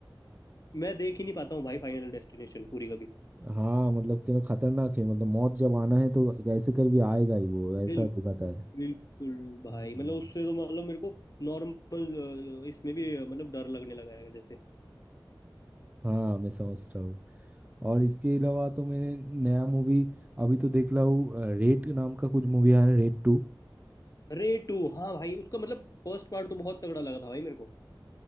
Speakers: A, on the left; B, on the right.
A: मैं देख ही नहीं पाता हूँ भाई फाइनल डेस्टिनेशन पूरी कभी
B: हाँ मतलब कि ना खतरनाक है मतलब मौत जब आना है तो कैसे कर भी आएगा ही वो ऐसा
A: बिल्कुल
B: दिखाता है
A: बिल्कुल भाई
B: हम्म।
A: मतलब उससे तो मतलब मेरे को नॉर्मल इसमें भी अ, मतलब डर लगने लगा है जैसे
B: हाँ मैं समझ रहा हूँ और इसके अलावा तो मैंने नया मूवी अभी तो देख रहा हूँ अ, रेड नाम का कुछ मूवी आया है रेड टू
A: रे टू हाँ भाई उसका मतलब फर्स्ट पार्ट तो बहुत तगड़ा लगा था भाई मेरे को